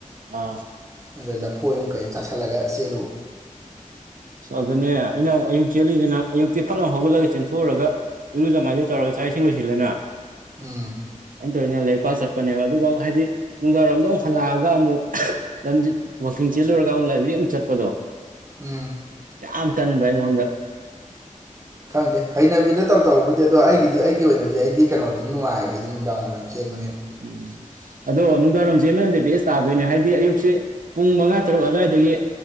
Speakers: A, on the right; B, on the right.
A: ꯑꯥ
B: ꯑꯗ ꯂꯐꯣꯏ ꯑꯃ ꯀꯔꯤ ꯑꯃꯝ ꯆꯥꯁꯤꯜꯂꯒ ꯆꯦꯜꯂꯨꯕ
A: ꯑꯁ ꯑꯗꯨꯅꯦ ꯑꯩꯅ ꯑꯃꯛ ꯑꯌꯨꯛ ꯆꯦꯜꯂꯤꯁꯤꯅ ꯑꯌꯨꯛꯇꯤ ꯐꯠꯂꯥꯎ ꯍꯧꯒꯠꯂꯒ ꯆꯦꯟꯊꯣꯛꯎꯔꯒ ꯏꯂꯨꯖ ꯃꯥꯏꯊ ꯇꯧꯔꯒ ꯆꯥꯛ ꯁꯤꯡ ꯂ‌ꯣꯏꯁꯤꯜꯂꯦꯅ
B: ꯎꯝ
A: ꯀꯩꯅꯣ ꯇ ꯏꯩꯅ ꯂꯩ ꯄꯆꯠ ꯆꯠꯄꯅꯦꯕ ꯑꯗꯨꯒ ꯑꯃꯨꯛ ꯍꯥꯏꯗꯤ ꯅꯨꯡꯗꯥꯡꯔꯣꯝꯗ ꯑꯃꯨꯛ ꯍꯜꯂꯛꯑꯒ ꯑꯃꯨꯛ ꯂꯝ ꯋꯥꯛꯀꯤꯡ ꯆꯦꯜꯂꯨꯔꯒ ꯑꯃꯨꯛ ꯂꯥꯏꯕ꯭ꯔꯦꯔꯤ ꯑꯃꯨꯛ ꯆꯠꯄꯗꯣ
B: ꯎꯝ
A: ꯌꯥꯝ ꯇꯟꯕ ꯑꯩꯉꯣꯟꯗ
B: ꯈꯪꯗ‌ꯦ ꯍꯩꯅꯕꯤꯗ ꯇꯧ ꯇꯧꯕꯗꯤ ꯑꯗꯣ ꯑꯩꯒꯤꯗꯤ
A: ꯎꯝ
B: ꯑꯩꯒꯤ ꯑꯣꯏꯅꯗꯤ ꯑꯩꯗꯤ ꯀꯩꯅꯣꯗꯨꯁꯨ ꯅꯨꯡꯉꯥꯏꯕ ꯑꯩꯗꯤ ꯅꯨꯡꯗꯥꯡ ꯋꯥꯏꯝ ꯆꯦꯟꯕꯅꯦ
A: ꯎꯝ ꯑꯗꯣ ꯅꯨꯡꯗꯥꯡꯔꯣꯝ ꯆꯦꯟ ꯅꯔꯗꯤ ꯕꯦꯁ ꯇꯥꯗꯣꯏꯅꯦ ꯍꯥꯏꯗꯤ ꯑꯌꯨꯛꯁꯦ ꯄꯨꯡ ꯃꯉꯥ ꯇꯔꯨꯛ ꯑꯗꯨꯋꯥꯏꯗꯒꯤ